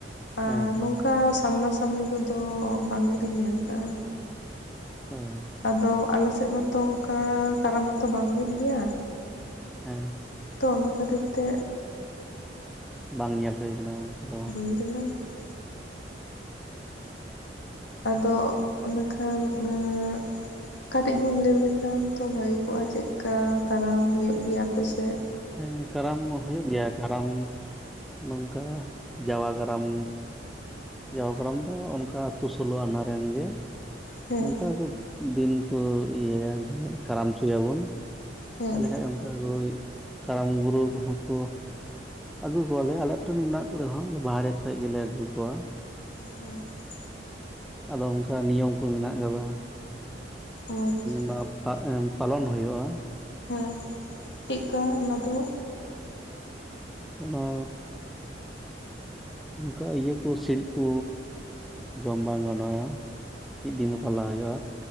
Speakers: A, on the left; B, in the centre.
A: ᱟᱨ
B: ᱦᱮᱸ ᱦᱮᱸ
A: ᱱᱚᱝᱠᱟ ᱥᱟᱢᱱᱟ ᱥᱟᱢᱱᱤ ᱠᱚᱫᱚ ᱵᱟᱝ ᱜᱮᱞᱤᱧ ᱧᱮᱞ ᱠᱟᱜ-ᱟ᱾
B: ᱚ
A: ᱟᱫᱚ ᱟᱞᱮᱥᱮᱫ ᱢᱟᱛᱚ ᱚᱱᱠᱟ ᱠᱟᱨᱟᱢ ᱠᱚᱛᱚ ᱵᱟᱝ ᱦᱩᱭᱩᱜ ᱜᱮᱭᱟ᱾
B: ᱦᱮᱸ᱾
A: ᱛᱚ ᱚᱱᱟ ᱠᱷᱟᱹᱛᱤᱨ ᱛᱮ
B: ᱵᱟᱝ ᱧᱮᱞ ᱦᱩᱭᱩ ᱟᱠᱟᱱᱟ ᱩᱱᱚᱱᱛᱮᱟ ᱵᱟᱝ <unintelligible>
A: <unintelligible> ᱟᱫᱚ ᱚᱱᱠᱷᱟ ᱱᱟᱜ ᱠᱟᱹᱴᱤᱡ ᱵᱤᱱ ᱞᱟᱹᱭ ᱞᱮᱠᱷᱟᱱ ᱛᱚ ᱵᱷᱟᱜᱤ ᱠᱚᱜᱼᱟ ᱪᱮᱫ ᱠᱟ ᱠᱟᱨᱟᱢ ᱦᱩᱭᱩᱜ ᱜᱮᱭᱟ ᱟᱯᱮᱥᱮᱫ?
B: ᱦᱮᱸ ᱠᱟᱨᱟᱢ ᱦᱩᱭᱩᱜ ᱜᱮᱭᱟ᱾ ᱠᱟᱨᱟᱢ ᱱᱚᱝᱠᱟ ᱡᱟᱣᱟ ᱠᱟᱨᱟᱢ ᱡᱟᱭᱟ ᱠᱟᱨᱟᱢ ᱫᱚ ᱚᱱᱠᱟ ᱟᱹᱛᱩ ᱥᱳᱞᱳ ᱟᱱᱟᱨᱮ ᱨᱮᱱ ᱜᱮ
A: ᱦᱮᱸ
B: ᱚᱱᱠᱟ ᱠᱚ ᱫᱤᱱ ᱠᱚ ᱤᱭᱟᱹᱭᱟ ᱡᱮ ᱠᱟᱨᱟᱢ ᱦᱚᱪᱚᱭᱟᱵᱚᱱ
A: ᱦᱮᱸ
B: ᱛᱟᱦᱚᱞᱮ ᱠᱷᱟᱡ ᱚᱱᱠᱟ ᱜᱳᱭ ᱠᱟᱨᱟᱢ ᱜᱩᱨᱩ ᱠᱚᱦᱚᱸ ᱠᱚ ᱟᱹᱜᱩ ᱠᱚᱣᱟᱞᱮ ᱟᱞᱮ ᱟᱹᱛᱩᱨᱮᱱ ᱢᱮᱱᱟᱜ ᱠᱚᱨᱮ ᱦᱚᱸ ᱵᱟᱦᱨᱮ ᱠᱷᱚᱡ ᱜᱮᱞᱮ ᱟᱹᱜᱩ ᱠᱚᱣᱟ᱾
A: ᱚ ᱦᱮᱸ <unintelligible>
B: ᱟᱫᱚ ᱚᱱᱠᱟ ᱱᱤᱭᱚᱢ ᱠᱚ ᱢᱮᱱᱟᱜ ᱟᱠᱟᱫᱟ᱾
A: ᱚ ᱟᱪᱪᱷᱟ
B: ᱵᱟᱯᱟ ᱮᱱ ᱯᱞᱚᱱ ᱦᱩᱭᱩᱜᱼᱟ
A: ᱦᱮᱸ ᱪᱮᱫᱠᱟ ᱚᱱᱟ ᱫᱚ?
B: ᱚᱱᱟ ᱚᱱᱠᱟ ᱤᱭᱟᱹ ᱠᱚ ᱥᱤᱬᱤᱡ ᱠᱚ ᱡᱚᱢ ᱵᱟᱝ ᱜᱟᱱᱚᱜᱼᱟ ᱢᱤᱫ ᱫᱤᱱ ᱫᱚ ᱯᱟᱞᱟᱣ ᱦᱩᱭᱩᱜᱼᱟ